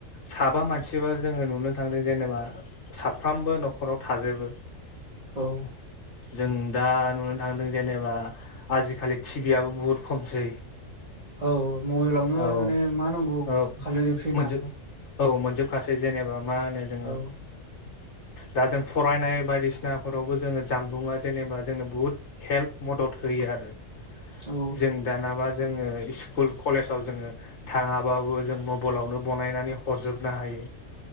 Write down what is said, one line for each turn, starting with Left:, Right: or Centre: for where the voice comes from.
Left: साबा मानसिबाब जोङो नुनो थांदों जेनेबा साफ्रामबो नखराव था थाजोबो
Right: औ
Left: जों दा नुनो थांदों जेनेबा आजिखालि टिभि आबो बुहुद खमसै
Right: औ मबाइलावनो
Left: औ
Right: माने मा नांगौ
Left: औ
Right: खालायजोबसै
Left: मोनजोब
Right: ना
Left: औ मोनजोबखासै जेनेबा मा होनो जोङो
Right: औ
Left: दा जों फरायनाय बायदिसिनाफोरावबो जोङो जामबुंङा जेनेबा जोंनो बुहुत हेल्प मदद होयो आरो
Right: औ
Left: जों दानाबा जोङो स्कुल कलेजाव जोङो थाङाबाबो जों मबाइलावनो बनायनानै हरजोबनो हायो